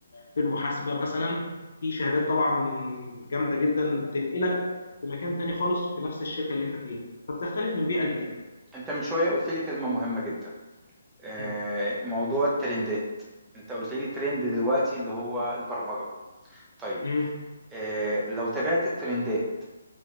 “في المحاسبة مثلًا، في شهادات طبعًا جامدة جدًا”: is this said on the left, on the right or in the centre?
Left